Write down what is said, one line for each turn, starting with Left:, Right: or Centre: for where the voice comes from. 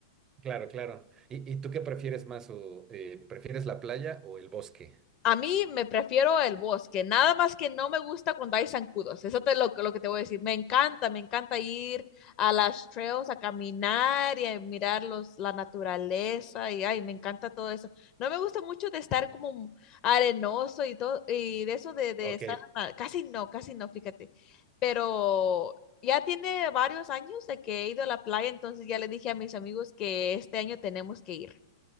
Right: claro, claro. ¿Y, y tú qué prefieres más? o, eh, ¿prefieres la playa o el bosque?
Left: A mí me prefiero el bosque, nada más que no me gusta cuando hay zancudos. Eso es lo, que- lo que te voy a decir. Me encanta, me encanta ir a las trails a caminar y a mirar los, la naturaleza y ay, me encanta todo eso. No me gusta mucho de estar como arenoso y todo y de eso de, de
Right: Ok,
Left: estar
Right: no,
Left: a- casi no, casi no, fíjate. Pero ya tiene varios años de que he ido a la playa, entonces ya le dije a mis amigos que este año tenemos que ir.